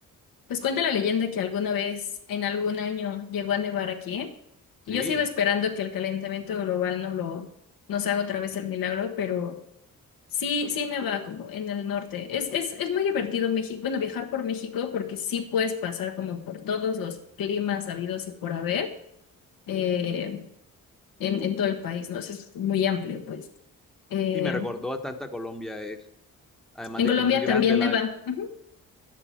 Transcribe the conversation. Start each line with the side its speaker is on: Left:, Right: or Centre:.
Left: pues cuenta la leyenda que alguna vez, en algún año, llegó a nevar aquí y
Centre: Sí,
Left: yo sigo esperando que el calentamiento global no lo, nos haga otra vez el milagro, pero sí, sí neva como en el norte. Es, es, es muy divertido México, bueno, viajar por México porque sí puedes pasar como por todos los climas habidos y por haber. eh, en, en todo el país, ¿no? O sea, es muy amplio, pues. Eh,
Centre: sí, me recordó bastante a tanta Colombia eso. además
Left: en
Centre: de
Left: Colombia
Centre: que es muy grande.
Left: también
Centre: La...
Left: neva. Ujú.